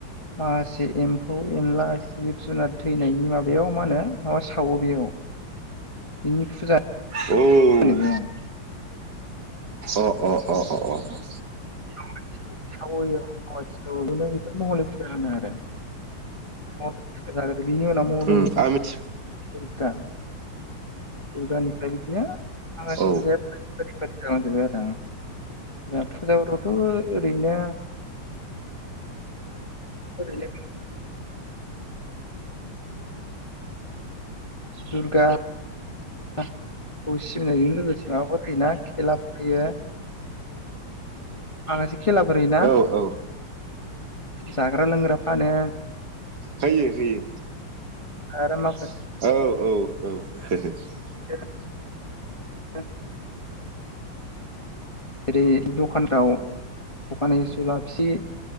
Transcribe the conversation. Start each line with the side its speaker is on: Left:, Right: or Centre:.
Left: माखासे एम्फौ एनला, जिब जुनार थैनायनि मा बेयाव मा होनो माबा सावो बेयाव बिनि फुजा
Right: औ
Left: होनो बे बेयाव
Right: अ अ अ अ अ
Left: <inaudible> बेखौनो महलय फुजा होनो आरो महलय फुजा <unintelligible> बिनि उनाव महलय
Right: उम
Left: <inaudible>
Right: आं मिथि
Left: दुर्गा दुर्गानिफ्राय बिदिनो <unintelligible>
Right: औ
Left: फुजाया फारि फारि फारि जालांजोबो आरो बिराद फुजाफोर दं थ ओरैनो <inaudible> दुर्गा गा खौ सिबिनायजों लोगोसे माबाफोर होयोना खेलाबो होयो। आंहासो खेलाफोर होयोना
Right: औ औ
Left: जाग्रा लोंग्रा फानो
Right: होयो होयो।
Left: आरो मा
Right: औ औ औ
Left: <inaudible> आरै दख खानफ्राव दखानै जुलाफि